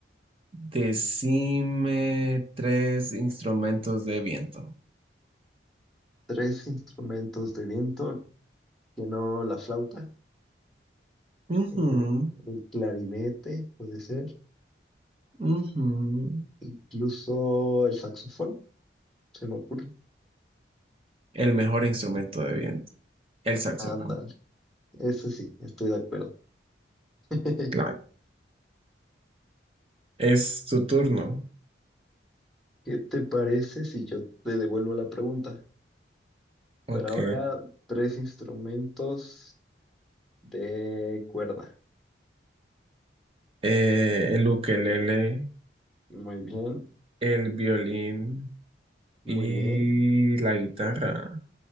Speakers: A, on the right (about 30°); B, in the centre.
A: Decime tres instrumentos de viento.
B: tres instrumentos de viento que no la flauta,
A: Ujú.
B: eh, el clarinete puede ser,
A: Ujú.
B: incluso el saxofón, se me ocurre.
A: El mejor instrumento de viento, el saxofón.
B: Ándale, ese sí, estoy de acuerdo. <laughs>
A: Claro. Es tu turno.
B: ¿Qué te parece si yo te devuelvo la pregunta?
A: Ok.
B: Pero ahora tres instrumentos de cuerda.
A: Eh, el ukelele,
B: Muy bien,
A: el violín
B: muy
A: y
B: bien.
A: la guitarra.